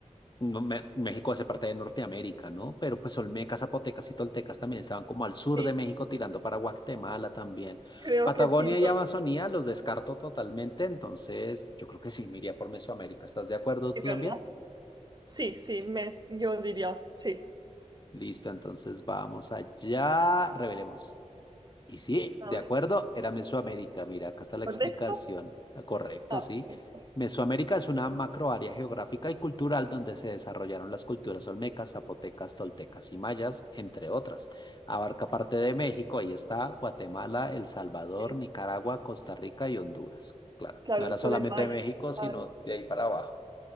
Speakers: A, on the left; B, on the right.
A: no, Me- México hace parte de Norteamérica, ¿no? Pero pues olmecas, zapotecas y toltecas también estaban como al sur
B: Sí,
A: de México tirando para Guatemala también.
B: creo
A: Patagonia
B: que sí,
A: y
B: no,
A: Amazonía los descarto totalmente, entonces yo creo que sí, me iría por Mesoamérica. ¿Estás de acuerdo
B: sí,
A: tú
B: ¿verdad?
A: también?
B: Sí, sí, mes, yo diría, sí.
A: Listo, entonces vamos allá, revelemos. Y sí,
B: A
A: de
B: ver,
A: acuerdo, era Mesoamérica. Mira, acá está la
B: ¿correcto?
A: explicación. Ah, Correcto,
B: Ah,
A: sí.
B: perfecto.
A: Mesoamérica es una macroárea geográfica y cultural donde se desarrollaron las culturas olmecas, zapotecas, toltecas y mayas, entre otras. Abarca parte de México, ahí está, Guatemala, El Salvador,
B: Sí.
A: Nicaragua, Costa Rica y Honduras. Claro,
B: Claro,
A: no era
B: esto
A: solamente
B: de mayas
A: de México,
B: y
A: sino
B: tal,
A: de ahí para abajo.